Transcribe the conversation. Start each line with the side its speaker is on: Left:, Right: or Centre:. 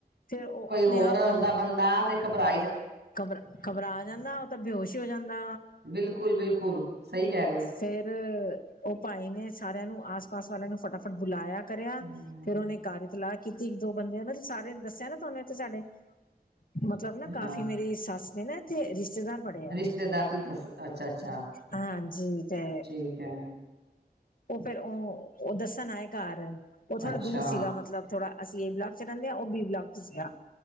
Left: ਫਿਰ ਉਹ
Right: ਕੋਈ
Left: ਆਪਣੇ
Right: ਹੋਰ
Left: ਆਪ ਬੰ
Right: ਹਦਾ ਬੰਦਾ ਤੇ ਕਬਰਾ
Left: ਘਬਰਾ ਘਬਰਾ ਜਾਂਦਾ ਉਹ ਤਾਂ ਬੇਹਸ਼ ਹੀ ਹੋ ਜਾਂਦਾ
Right: ਬਿਲਕੁਲ ਬਿਲਕੁਲ ਸਹੀ ਕਹਿ ਰਹੇ ਹੋ
Left: ਫੇਰ ਉਹ ਭਾਈ ਨੇ ਸਾਰਿਆਂ ਨੂੰ ਆਸ ਪਾਸ ਵਾਲਿਆਂ ਨੂੰ ਫਟਾਫਟ ਬੁਲਾਇਆ ਕਰਿਆ
Right: ਹਮ,
Left: ਫਿਰ ਉਹਨੇ ਕਾਰਿਤਲਾ ਕੇ ਕੀਤੀ ਇੱਕ ਦੋ ਬੰਦੇ ਸਾਰੇਿਆਂ ਦੱਸਿਆ ਨਾ ਤੁਹਨੂੰ ਤੇ ਸਾਡੇ ਮਤਲਬ ਨਾ
Right: ਹਾਂ
Left: ਕਾਫੀ ਮੇਰੀ ਸੱਸ <unintelligible> ਰਿਸ਼ਤੇਦਾਰ ਪੜਿਆ
Right: ਰਿਸ਼ਤੇਦਾਰ ਤੁਸੀਂ ਦੱਸ ਅੱਛਾ ਅੱਛਾ
Left: ਹਾਂਜੀ ਤੇ
Right: ਠੀਕ ਹੈ
Left: ਉਹ ਫੇਿਰ ਉਹ ਉਹ ਦੱਸਣ ਆਏ ਘਰ ਉਹ ਥੋੜਾ
Right: ਅੱਛਾ,
Left: ਦੂਰ ਸੀਗਾ ਮਤਲਬ ਥੋੜਾ ਅਸੀਂ ਏ ਬਲਾਗ ਚ ਰਹਿੰਦੇ ਹਾਂ ਉਹ ਬੀ ਬਗ ਚ ਸੀਗਾ